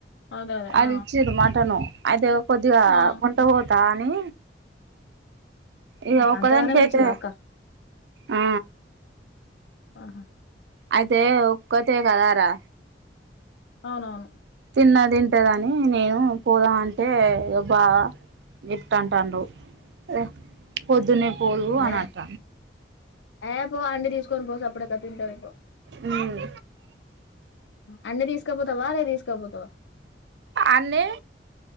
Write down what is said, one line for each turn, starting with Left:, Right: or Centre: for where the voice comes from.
Left: అదే అదే
Right: అది
Left: ఆ
Right: ఇచ్చిర్రు మటను అద్దు కొద్దిగా
Left: ఆ
Right: కొంటవో టానీ ఇగ
Left: ఆహా
Right: ఒక్కదానికైతే
Left: అంతగానం ఇచ్చిలా అక్క
Right: ఆ
Left: ఆ హా
Right: అదే ఒక్కటే కదారా
Left: అవునవును
Right: తిన్న తింటదని నేను పోదాం అంటే బాగా ఇట్ట అంటన్నావ్ రె పొద్దున్నే పోరు అనంట
Left: ఏ ఏ పో అన్నీ తీస్ కొనిపో సప్పుడైత తింటది పో
Right: ఉమ్
Left: అన్నీ తీసుకపోతే తవారే తీసకపోతవా
Right: అన్నీ